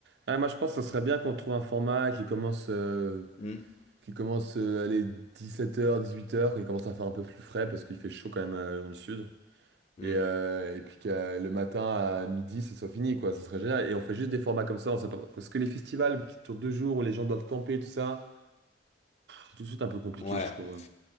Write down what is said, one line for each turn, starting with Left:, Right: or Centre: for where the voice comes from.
Right: Ah, moi, je pense que ce serait bien qu'on trouve un format qui commence, euh,
Left: Hmm,
Right: qui commence euh, allez, 17h, 18h, qui commence à faire un peu plus frais parce qu'il fait chaud quand même euh, dans le sud.
Left: hmm.
Right: Et, euh, et puis que le matin à midi, ce soit fini, quoi. Ce serait génial. Et on fait juste des formats comme ça. On sait pas- Parce que les festivals qui durent deux jours où les gens doivent camper, tout ça, c'est tout de suite un peu compliqué,
Left: Ouais.
Right: je trouve.